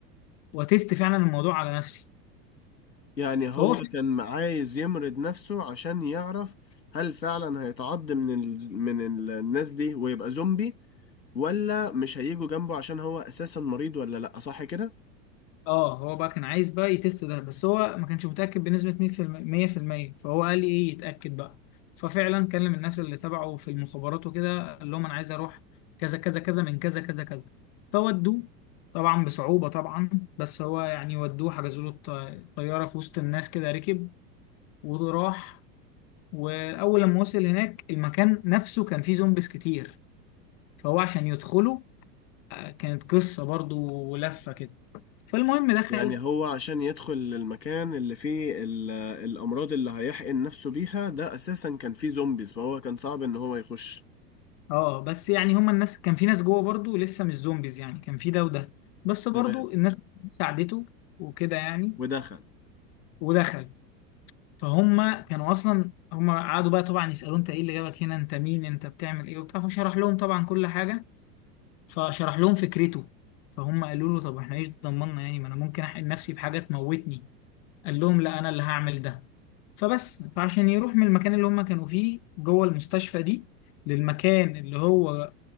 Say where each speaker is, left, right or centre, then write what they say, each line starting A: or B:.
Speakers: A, on the left; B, on the left.
A: وتست فعلا الموضوع على نفسي
B: يعني هو
A: فهو
B: كان عايز يمرض نفسه عشان يعرف هل فعلا هيتعض من ال... من ال- الناس دي ويبقى زومبي ولا مش هيجوا جنبه عشان هو أساسا مريض ولا لأ صح كده؟
A: اه هو بقى كان عايز بقى يتست ده بس هو ما كانش متأكد بنسبة 100% فهو قال لي ايه يتأكد بقى ففعلا كلم الناس اللي تبعه في المخابرات وكده قال لهم انا عايز اروح كذا كذا كذا من كذا كذا كذا فودوه طبعا بصعوبة طبعا بس هو يعني ودوه حجزوا له الط- طيارة في وسط الناس كده ركب وراح واول لما وصل هناك المكان نفسه كان فيه زومبيز كتير فهو عشان يدخله آه، كانت قصة برضو ولفة كده فالمهم دخل
B: يعني هو عشان يدخل المكان اللي فيه ال- الأمراض اللي هيحقن نفسه بيها ده أساسا كان فيه زومبيز فهو كان صعب إن هو يخش
A: اه بس يعني هما الناس كان في ناس جوه برضو لسه مش زومبيز يعني كان في ده وده بس برضو
B: تمام
A: الناس ساعدته وكده يعني
B: ودخل
A: ودخل فهم كانوا اصلا هم قعدوا بقى طبعا يسالوه انت ايه اللي جابك هنا انت مين انت بتعمل ايه وبتاع فشرح لهم طبعا كل حاجه فشرح لهم فكرته فهم قالوا له طب احنا ايش ضمننا يعني ما انا ممكن احقن نفسي بحاجه تموتني قال لهم لا انا اللي هعمل ده فبس فعشان يروح من المكان اللي هم كانوا فيه جوه المستشفى دي للمكان اللي هو